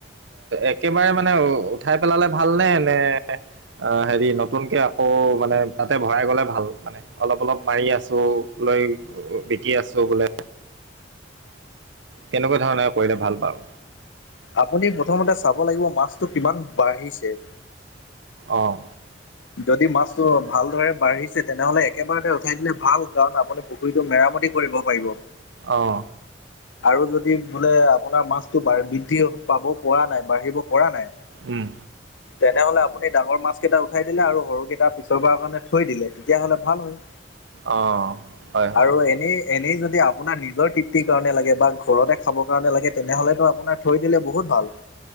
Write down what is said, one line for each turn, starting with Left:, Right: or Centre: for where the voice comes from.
Right: একেবাৰে মানে উঠাই পেলালে ভালনে নে- অ হেৰি নতুনকে আকৌ মানে তাতে ভৰাই গলে ভাল মানে অলপ অলপ মাৰি আছো বেই বিকি আছো বোলে। কেনেকুৱা ধৰণে কৰিলে ভাল বাৰু
Left: আপুনি প্ৰথমতে চাব লাগিব মাছটো কিমান বাঢ়িছে?
Right: অহ
Left: যদি মাছটো ভালদৰে বাঢ়িছে তেনেহ'লে একেবাৰতে উঠাই দিলে ভাল। কাৰণ আপুনি পুখুৰীটো মেৰামতি কৰি ব পাৰিব
Right: অহ
Left: আৰু যদি বোলে আপোনাৰ মাছতটো বৃদ্ধি পাব পৰা নাই বাঢ়িব পৰা নাই
Right: উম
Left: তেনেহলে আপুনি ডাঙৰ মাছ কেইটা উঠাই দিলে আৰু সৰুকেইটা পিছৰবাৰৰ কাৰণে থৈ দিলে তেতিয়াহ'লে ভাল হয়।
Right: অ হয় হয়।
Left: আৰু এনেই এনেই যদি আপোনাৰ নিজৰ তৃপ্তিৰ কাৰণে লাগে বা ঘৰতে খাবৰ কাৰণে লাগে তেনেহ'লেতো আপোনাক থৈ দিলে বহুত ভাল